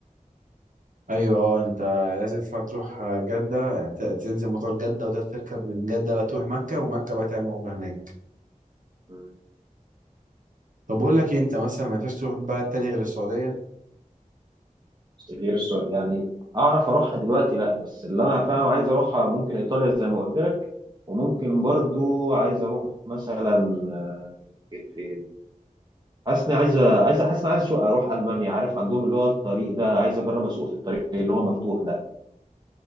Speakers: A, on the right (about 70°); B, on the right (about 30°).
A: أيوة أه أنت لازم تروح جدة ت- تنزل مطار جدة وتركب من جدة بقى تروح مكة ومكة بقى تعمل عمرة هناك
B: فاهم
A: طب بقول لك إيه أنت مثلا ما ينفعش تروح بلد تاني غير السعودية
B: غير السعودية يعني اعرف اروحها دلوقتي لا بس اللي انا فاهم عايز اروحها ممكن ايطاليا زي ما قلت لك وممكن برضو عايز اروح مثلا آه، ممكن فين حاسس اني عايز عايز حاسس اني عايز أسوق- اروح المانيا عارف عندهم اللي هو الطريق ده عايز اجرب اسوق في الطريق اللي هو مفتوح ده